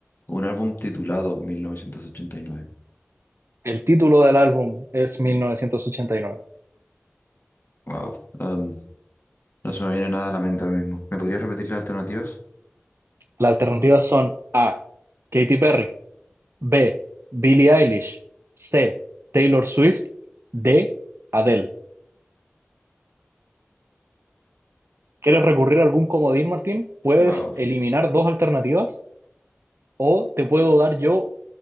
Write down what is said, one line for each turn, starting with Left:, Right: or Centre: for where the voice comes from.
Left: o un álbum titulado 1989.
Right: El título del álbum es 1989.
Left: Wow. em, no se me viene nada a la mente ahora mismo. ¿Me podrías repetir las alternativas?
Right: Las alternativas son A, Katy Perry. B, Billie Eilish. C, Taylor Swift. D, Adele. ¿Quieres recurrir a algún comodín, Martín? Puedes
Left: Wow.
Right: eliminar dos alternativas o te puedo dar yo